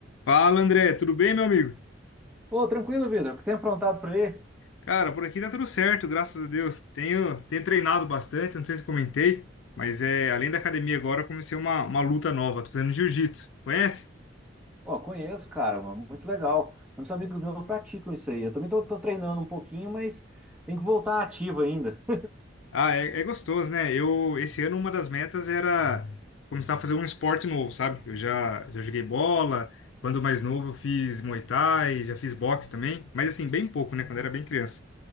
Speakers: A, on the left (about 75°); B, in the centre.
A: Fala, André, tudo bem, meu amigo?
B: Ô, tranquilo, Vitor. O que tem aprontado por aí?
A: Cara, por aqui tá tudo certo, graças a Deus. Tenho, tenho treinado bastante, não sei se comentei, mas é, além da academia agora, eu comecei uma, uma luta nova, tô fazendo jiu-jitsu. Conhece?
B: Ó, conheço, cara, mano, muito legal. Muitos amigos meus praticam isso aí. Eu também tô, tô treinando um pouquinho, mas tem que voltar ativo ainda. <laughs>
A: Ah, é, é gostoso, né? Eu, esse ano, uma das metas era começar a fazer um esporte novo, sabe? Eu já, já joguei bola, quando mais novo eu fiz Muay Thai, já fiz boxe também, mas assim, bem pouco, né? Quando era bem criança.